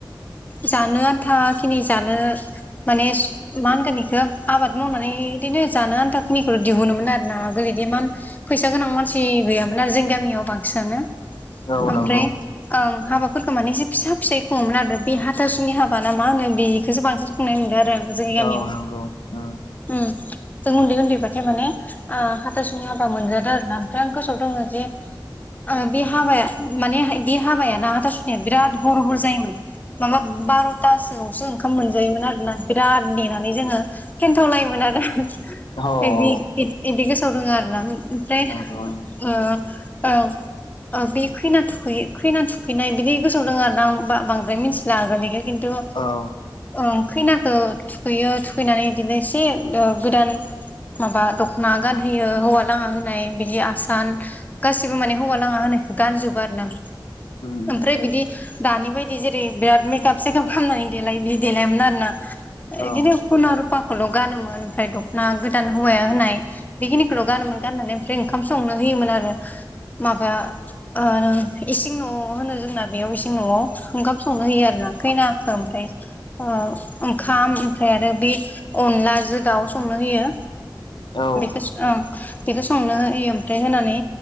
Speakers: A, on the left; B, on the left.
A: जानो आन्थाखिनि जानो माने मा होनगोन इखौ आबाद मावनानै बिदिनो जानो आन्था खिनिखौल दिहुनो मोनमोन आरोना गोदो इमान फैसा गोनां मानसि गैयामोन आरो जोंनि गामियाव बांसिनानो
B: औ
A: ओमफ्राय
B: नंगौ
A: ओं हाबाफोरखौ माने एसे फिसा फिसायै खु ङोमोन आरो बे हाथासुनि हाबा ना मा होनो बेखौस बांसिन खुंनाय नुदों आरो आं जोंनि गामियाव
B: औ नंगौ उम
A: उम जों उन्दै उन्दैबथाय माने ओ हाथासुनि हाबा मोनजादों आरोना ओमफ्राय आं गोसोआव दङ जे। ओ बे हाबाया माने बे हाबायाना हाथासुनि बिराद हर हर जायोमोन माबा बार'थासोआवसो ओंखाम मोन नजायोमोन आरोना बिराद नेनानै जोङो थेन्थाव लायोमोन आरो
B: औ औ
A: इदि इदिखौ गोसोआव दोङ आरोना ओमफ्राय
B: नंगौ
A: ओ औ औ बे खैना थुखै खैना थुखैनाय बिदि गोसोआव दङ आरो ना बांद्राय द्राय मिथिला आगोलनिखो खिन्तु
B: औ उम
A: ओ खैनाखौ थुखैयो थुखैनानै बिदिनो एसे गोदान माबा दखना गानहोयो हौवा लाङा होनाय बिदि आसान गासिबो माने हौवा लाङा होनाय गान जोबबो आरो ना
B: उम
A: ओमफ्राय बिदि दानि बाय बिदि जेरै बिराद मेकप सेकाप खालामनानै देलाय बिदि देलायामोन आरोना। बिदिनो
B: औ उम
A: खुन रुफाखौल' गानोमोन ओमफ्राय दख'ना गोदान हौवाया होनाय बेखिनिखौल' गानोमोन। गाननानै ओमफ्राय ओंखाम संनो होयोमोन आरो माबा ओ इसिं न'आव होनो जोंना बेयाव इसिं न'आव ओंखाम संनो होयो आरोना खैनाखौ ओमफ्राय ओ ओंखाम ओमफ्राय आरो बे अ नलाजों दाउ संनो होयो।
B: औ
A: बेखौ औ बेखौ संनो होयो ओमफ्राय होनानै